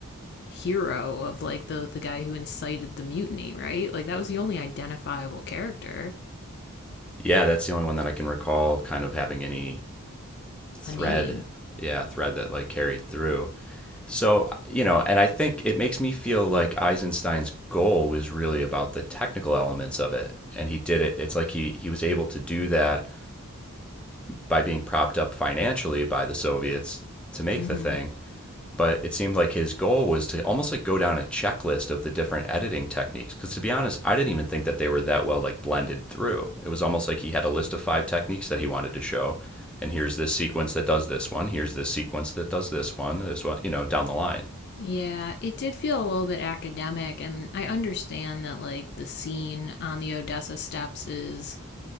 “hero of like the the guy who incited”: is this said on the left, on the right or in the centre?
Left